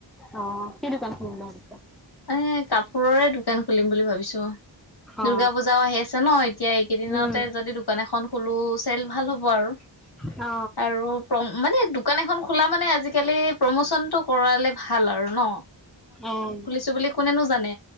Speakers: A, in the centre; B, on the left.
A: অ, কি দোকান খুলিম বুলি ভাবিছা?
B: এ, কাপোৰৰে দোকান খুলিম বুলি ভাবিছোঁ। দুূৰ্গা
A: অ
B: পূজাও আহি আছে ন এতিয়া এইকেইদিনতে
A: উম
B: যদি দোকান এখন খলো চেল ভাল হ'ব আৰু।
A: অ,
B: আৰু মানে দোকান এখন খোলা মানে আজিকালি প্ৰমোচনটো কৰালে ভাল আৰু ন?
A: উম,
B: চো বুলি কোনেনো জানে